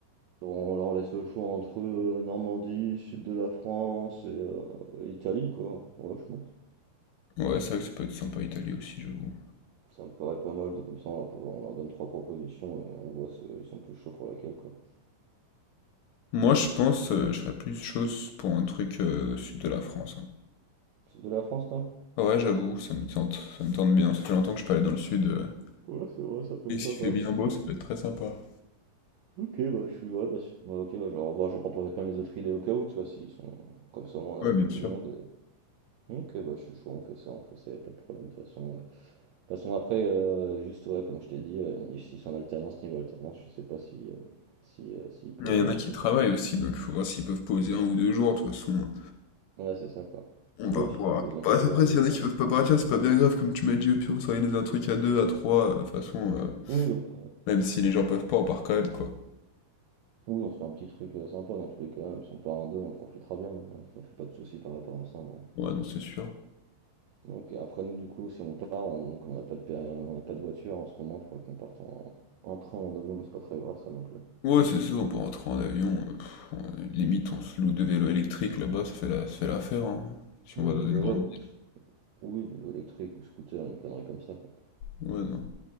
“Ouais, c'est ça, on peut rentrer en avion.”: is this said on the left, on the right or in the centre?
Left